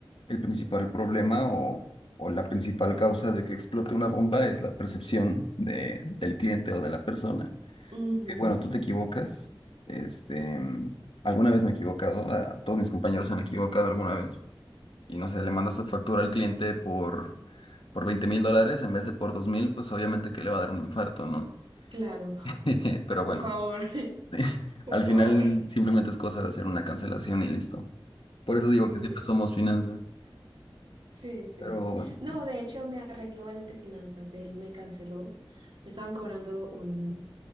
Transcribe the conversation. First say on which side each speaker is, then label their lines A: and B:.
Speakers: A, on the left; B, on the right.
A: el principal problema o, o la principal causa de que explote una bomba es la percepción de, del cliente o de la persona.
B: Ujú,
A: Que, bueno, tú te equivocas, este, alguna vez me he equivocado, a todos mis compañeros se han equivocado alguna vez, y no sé, le mandas tu factura al cliente por, por veinte mil dólares en vez de por dos mil, pues obviamente que le va a dar un infarto, ¿no?
B: claro,
A: <laughs> Pero
B: por
A: bueno.
B: favor, <laughs>
A: <laughs>
B: por
A: Al
B: favor.
A: final simplemente es cosa de hacer una cancelación y listo. Por eso digo
B: Le-
A: que siempre somos finanzas.
B: Sí, sí.
A: Pero bueno,
B: No, de hecho me arregló el de finanzas, él me canceló. Me estaban cobrando un,